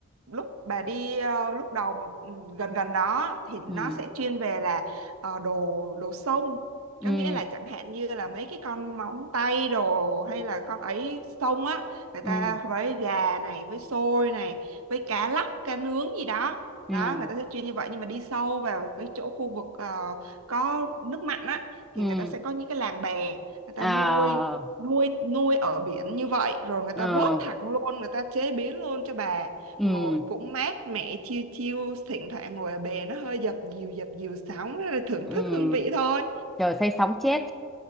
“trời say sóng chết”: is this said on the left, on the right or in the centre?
Centre